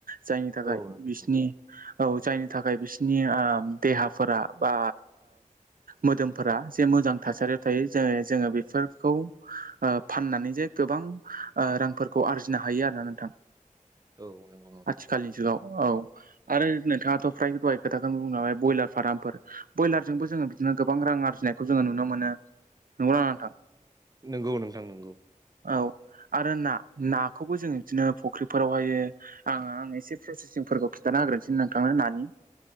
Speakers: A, on the right; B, on the right.
A: जायनि थाखाय
B: औ नोंथां
A: बिसनि औ जायनि थाखाय बिसनि देहाफोरा बा मोदोमफोरा जे मोजां थासारियाव थायो ज जोङो बेफोरखौ फाननानै जे गोबां रांफोरखौ आरजिनो हायो आरोना नोंथां
B: औ नंगौ नंथां
A: आथिखालनि जुगाव औ आरो नोंथाङाथ' फ्राय दहाय खोथाखौनो बुं नाय ब्रयलार फार्मफोर ब्रयलारजोंबो जोङो बिदिनो गोबां रां आर्जिनायखौ जोङो नुनो मोनो नंगौना नोंथां
B: नंगौ नोंथां नोंगौ
A: औ आरो ना नाखौबो जोङो बिदिनो फुख्रिफोरावहायो आं आं एसे प्रसेसिंफोरखौ खिन्थान होग्रोसै नोंथांनो नानि